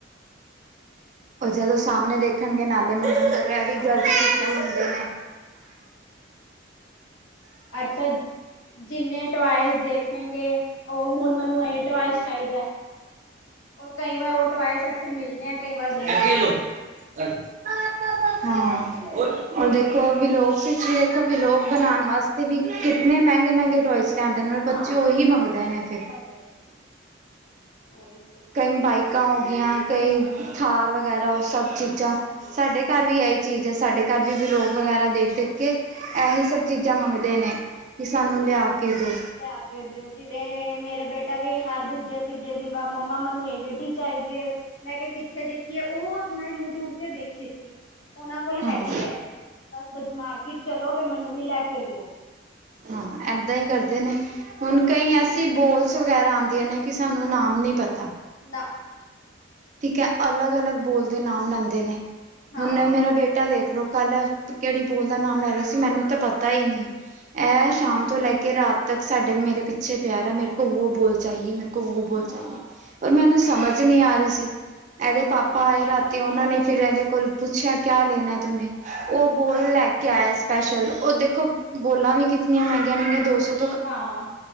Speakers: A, on the right; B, on the left.
A: ਓ ਜਦੋਂ ਸਾਮਨੇ ਦੇਖਨਗੇ ਨਾਲੇ ਮੰਗਨ ਗੇ, ਔਰ ਐਵੀ
B: ਹਾਂ,
A: ਗ਼ਲਤ ਚੀਜਾਂ ਮੰਗਦੇ ਨੇ।
B: ਅੱਛਾ ਜਿੰਨੇ ਟੁਏਸ ਦੇਖੇਂਗੇ, ਓ ਹੁਨ ਮੈਨੂੰ ਏ ਟੁਏਸ ਚਾਈਦੈ। ਔਰ ਕਈ ਵਾਰ ਓ ਟੁਏਸ ਏਥੇ ਮਿਲਦੇ ਐਂ, ਕਈ ਵਾਰ ਨਈ
A: ਕਰ
B: ਮਿਲਦੇ।
A: ਲੋ ਗੱਲ ਹਾਂ, ਓ ਦੇਖੋ ਵੀਲੋਕਸ ਇਚ ਤੂਸੀ ਵੇਖੋ ਵਿਲੋਗ ਬਨਾਨ ਵਾਸਤੇ ਵੀ ਕਿਤਨੇ ਮੈਂਗੇ-ਮੈਂਗੇ ਟੋਏਸ ਚਲਾਂਦੇ ਨੇ,
B: ਹਾਂ,
A: ਬੱਚੇ ਓਹੀ ਮੰਗਦੇ ਨੇ ਫੇਰ।
B: ਮੰਗਦੇ ਨੇ, ਓਈ।
A: ਕਈ ਬਾਈਕਾਂ ਹੋ ਗੀਆਂ, ਕਈ ਥਾਰ ਵਗੈਰਾ ਓ ਸਬ ਚੀਜਾਂ,
B: ਹਾਂਜੀ,
A: ਸਾਡੇ
B: ਹਾਂ,
A: ਘਾਰ ਵੀ ਐਈ ਚੀਜ ਐ, ਸਾਡੇ ਘਾਰ ਵੀ ਵੀਲੋਗ ਵਗੈਰਾ
B: ਹਾਂ,
A: ਦੇਖ-ਦੇਖ ਕੇ, ਐਹੀ
B: ਹਾਂ,
A: ਸਬ ਚੀਜਾਂ ਮੰਗਦੇ ਨੇ। ਕਿ ਸਾਨੂੰ ਲੇਆ ਕੇ ਦੋ।
B: ਲੇਆ ਕੇ ਦੇਓ, ਜਿਵੇਂ ਮੇਰੇ ਬੇਟਾ ਵੀ ਹਰ ਦੂਜੇ-ਤੀਜੇ ਦਿਨ ਬਾਦ, ਮੰਮਾ ਮੈਨੂੰ ਏ ਗੱਡੀ ਚਾਈਦੀ ਏ, ਮੈਂ ਕੇਆ ਕਿੱਥੇ ਦੇਖੀ ਏ, ਓ ਮੈਂ ਯੂਟਿਊਬ ਤੇ ਦੇਖੀ ਸੀ। ਓਨਾਂ ਕੋਲ
A: ਹਾਂ
B: ਹੈਗੀ ਐ, ਬੱਸ ਬ ਮਾਰਕੀਟ ਚਲੋ, ਤੇ ਮੈਨੂੰ ਵੀ ਲੈ ਕੇ ਦੇਓ।
A: ਹਾਂ, ਏਦਾਂ ਈ ਕਰਦੇ ਨੇ ਹੁਨ
B: ਹਾਂ।
A: ਕਈ ਐਸੇ ਤੇ ਬੋਲਸ ਵਗੈਰਾ ਆਂਦੀਆਂ ਨੇ ਕੀ ਸਾਨੂੰ ਨਾਮ ਨੀ ਪਤਾ।
B: ਨਾ
A: ਠੀਕ ਐ ਅਲੱਗ-ਅਲੱਗ ਬੋਲ ਦੇ ਨਾਮ ਲੈਂਦੇ ਨੇ,
B: ਹਾਂ
A: ਹੁਨ ਐ ਮੇਰਾ ਬੇ ਟਾ ਦੇਖ ਲੋ ਕੱਲ, ਕੇੜੀ ਬੋਲ ਦਾ ਨਾਮ ਲੈ ਰੇਆ ਸੀ ਮੈਨੂੰ ਤੇ ਪਤਾ ਈ ਨਈ। ਐ
B: ਅੱਛਾ।
A: ਸ਼ਾਮ ਤੋਂ ਲੈ ਕੇ ਰਾਤ ਤੱਕ ਸਾਡੇ ਮੇਰੇ ਪਿੱਛੇ ਪੇਆ ਰੇਆ ਮੇਰ ਕੋ ਵੋ ਬੋਲ ਚਾਈਏ ਮੇਰ ਕੋ ਵੋ ਬੋਲ ਚਈਏ
B: ਹਾਂ,
A: ਪਰ ਮੈਨੂੰ
B: ਹਾਂ,
A: ਸਮਜ ਨੀ ਆਰੀ ਸੀ ਐਦੇ
B: ਹਾਂਜੀ।
A: ਪਾਪਾ ਆਏ ਰਾਤੀ ਓਨਾਂ ਨੇ ਫੇਰ ਐਦੇ ਕੋਲ ਪੁੱਛੇਆ ਕੇਆ ਲੈਨਾ ਏ ਤੂਨੇ ਓ ਬੋਲ
B: ਹਾਂ,
A: ਲੈ ਕੇ ਆਏਆ ਸਪੈਸ਼ਲ ਓ ਦੇਖੋ, ਬੋਲਾਂ ਵੀ ਕਿਤਨੀਆਂ ਮੈਂਗੀਆਂ ਮੈਗੀਆਂ ਦੋ ਸੋ
B: ਹਾਂ,